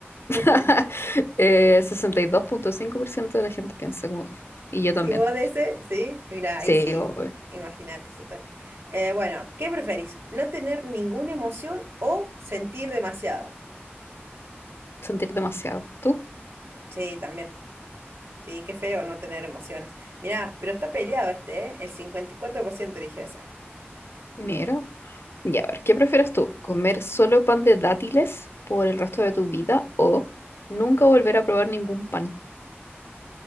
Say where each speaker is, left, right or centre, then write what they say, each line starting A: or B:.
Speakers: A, on the left; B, on the right.
A: <laughs>
B: <laughs>
A: Eh, sesenta y dos punto cinco por ciento de la gente piensa como tú. Y yo también.
B: ¿Y vos de ese? Sí, mira,
A: Sí,
B: ahí sí,
A: obvio.
B: imagínate, total. Eh, bueno, ¿qué preferís? ¿No tener ninguna emoción o sentir demasiado?
A: Sentir demasiado. ¿Tú?
B: Sí, también. Sí, qué feo no tener emociones. Mirá, pero está peleado este, ¿eh? El cincuenta y cuatro por ciento eligió esa.
A: Mira. Ya, a ver, ¿qué prefieres tú? ¿Comer solo pan de dátiles por el resto de tu vida o nunca volver a probar ningún pan?